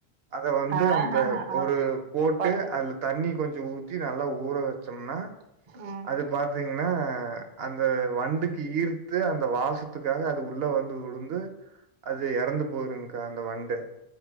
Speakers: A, on the right; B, on the right.
A: அத வந்து
B: ஆஹஹ.
A: அந்த ஒரு
B: ஓகே.
A: போட்டு
B: கொட்ட.
A: அதுல தண்ணி கொஞ்சோ ஊத்தி நல்லா ஊற வெச் சொன்னா
B: ம்.
A: அது பாத்தீங்கன்னா அந்த வண்டுக் ஈர்த்து அந்த வாசத்துக்காக அது உள்ள வந்து விழுந்து அது எறந்து போய்ருங்க்கா அந்த வண்டு